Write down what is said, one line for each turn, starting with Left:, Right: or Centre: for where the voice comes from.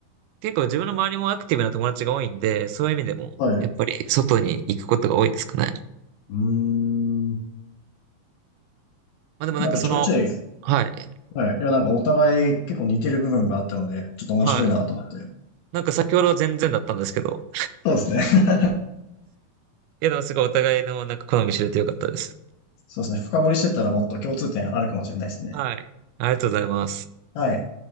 Right: 結構自分の周りもアクティブな友達が多いんで、そういう意味でも、
Left: はい。
Right: やっぱり外に行くことが多いですかね。
Left: うーん。
Right: まあでもなんかその、
Left: なんかちょいちょい、
Right: はい、
Left: はい。いや、なんかお互い結構似てる部分があったので、ちょっと面白いなと思って。
Right: はい。なんか先ほどは全然だったんですけど、
Left: そうですね。<laughs>
Right: いやでもすごいお互いのなんか好み知れてよかったです。
Left: そうですね。深掘りしてったらもっと共通点あるかもしれないですね。
Right: はい。ありがとうございます。
Left: はい。